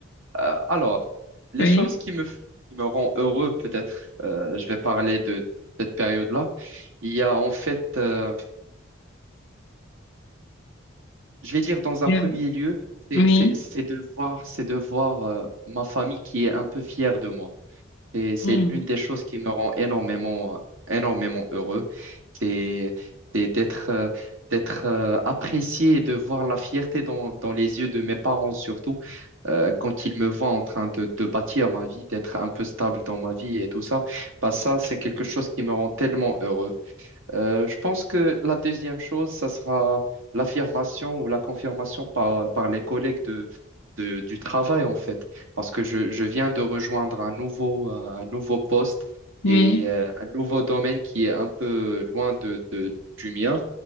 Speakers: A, on the right; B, on the left.
A: Euh, alors, les
B: oui
A: choses qui me, f- qui me rendent heureux, peut-être, euh, je vais parler de cette période-là. Il y a en fait euh, Je vais dire dans un
B: bien.
A: premier lieu, c'est
B: oui
A: c'est- c'est de voir, c'est de voir euh, ma famille qui est un peu fière de moi. C'est c'est
B: Hmm.
A: l'une des choses qui me rend énormément, euh, énormément heureux. C'est c'est d'être euh, d'être euh, apprécié et de voir la fierté dans, dans les yeux de mes parents surtout euh, quand ils me voient en train de, de bâtir ma vie, d'être un peu stable dans ma vie et tout ça. Bah ça, c'est quelque chose qui me rend tellement heureux. Euh, je pense que la deuxième chose, ça sera l'affirmation ou la confirmation par, par les collègues de, de- du travail, en fait, parce que je, je viens de rejoindre un nouveau, un nouveau poste
B: oui
A: et euh, un nouveau domaine qui est un peu loin de, de- du mien.